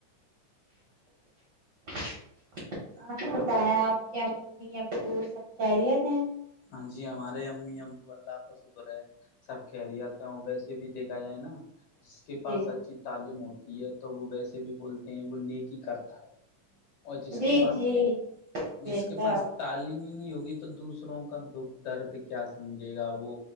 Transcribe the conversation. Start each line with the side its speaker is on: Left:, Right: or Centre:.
Right: یسپ ہی بتائیں آپ کے امی ابو سب خیریت ہیں
Left: ہاں جی ہمارے امی ابو اللہ کا شکر ہے سب خیریت تا ہوں ویسے بھی دیکھا جائے نا جس کے پاس
Right: جی
Left: اچ اچھی تعلیم ہوتی ہے تو وہ ویسے بھی بولتے ہیں وہ نیکی کرتا ہے اور جس
Right: جی
Left: کے پاس
Right: جی بے
Left: جس کے
Right: شک
Left: پاس تعلیم ہی نہیں ہوگی تو دوسروں کا دکھ درد کیا سمجھے گا وہ